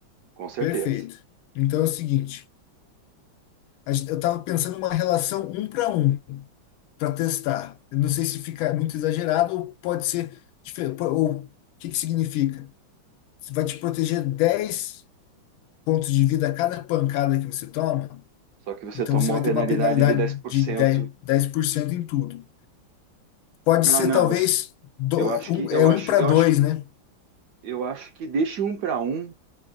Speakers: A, on the right (about 70°); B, on the left (about 85°).
A: com certeza.
B: Perfeito. Então é o seguinte, a gen- eu estava pensando numa relação um para um para testar. Eu não sei se fica muito exagerado ou pode ser diferente. Ou o que que significa? Você vai te proteger 10 pontos de vida a cada pancada que você toma,
A: Só que você
B: então
A: toma
B: você vai
A: uma penalidade
B: ter uma penalidade
A: de dez por
B: de
A: cento.
B: dez dez por cento em tudo. Pode
A: Ah,
B: ser
A: não,
B: talvez
A: acho-
B: do,
A: eu acho
B: um,
A: que eu
B: é um
A: acho,
B: para
A: eu
B: dois,
A: acho que
B: né?
A: eu acho que deixe um para um